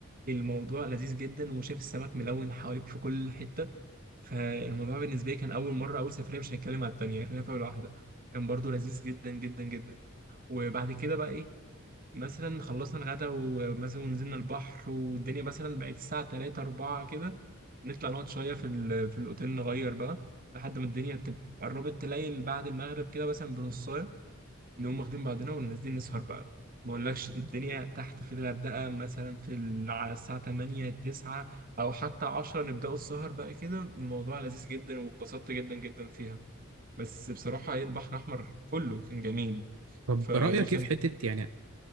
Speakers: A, on the right; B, on the right.
A: الموضوع لذيذ جدا وشايف السمك ملون حواليك في كل حتة فالموضوع بالنسبه لي كان اول مره اول سفريه مش هنتكلم على التانيه خلينا في اول واحده كان برضو لذيذ جدا جدا جدا وبعد كده بقى ايه مثلا خلصنا الغدا ومثلا نزلنا البحر والدنيا مثلا بقت الساعه 3 4 كده نطلع نقعد شويه في ال- في الاوتيل نغير بقى لحد ما الدنيا تبقى قربت تليل بعد المغرب كده مثلا بنص نقوم واخدين بعضنا ونازلين نسهر بقى ما اقولكش الدنيا تحت في الغردقة مثلا في ال... على الساعة 8 9 او حتى 10 نبدأوا السهر بقى كده الموضوع لذيذ جدا واتبسطت جدا جدا فيها بس بصراحة هي البحر الأحمر كله كان جميل
B: طب
A: فدي
B: رايك
A: كان
B: ايه في حته يعني